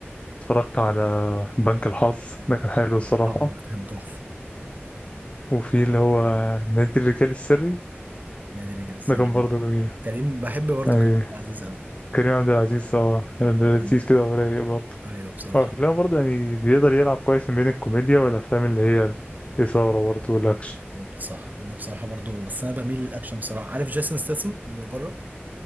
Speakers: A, on the left (about 30°); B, on the right (about 40°).
A: اتفرجت على بنك الحظ ده كان حلو الصراحة
B: اه كان تحفة
A: وفي اللي هو نادي الرجال السري
B: نادي رجال السري
A: ده كان برضه جميل
B: كريم بحب برضه
A: يعني
B: كريم عبد العزيز قوي
A: كريم عبد العزيز اه لذيذ
B: كان
A: كده ورايق برضه
B: ايوه بصراحة
A: وأفلام برضه يعني بيقدر يلعب كويس ما بين الكوميديا والأفلام اللي هي الإثارة برضه والأكشن
B: بالظبط صح انا بصراحه برضو بس انا بميل للاكشن بصراحه عارف جيسون ستاثام من بره